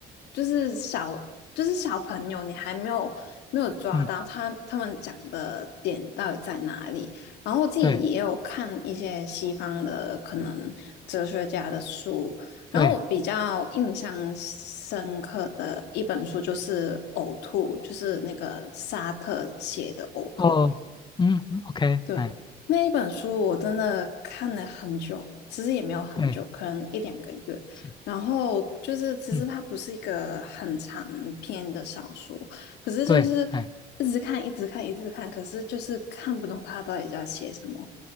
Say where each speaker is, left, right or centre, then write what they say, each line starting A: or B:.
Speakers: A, on the left (about 80°); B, on the left (about 25°).
A: 就是小就是小朋友，你还没有没有抓到他他们讲的点到底在哪里。
B: 嗯，
A: 然后我自己也有看一些西方的可能哲学家的书，
B: 对
A: 然后我比较印象深刻的一本书就是《呕吐》，
B: 对，
A: 就是那个沙特写的《呕吐》。
B: 哦，嗯嗯，OK，
A: 对，
B: 哎，
A: 那一本书我真的看了很久，其实也没有很久，
B: 对，
A: 可能一两个月。
B: 是，
A: 然后就是其实它不是一个很长篇的小说，
B: 嗯，
A: 可是就是一直看，
B: 对，哎，
A: 一直看，一直看，可是就是看不懂他到底在写什么。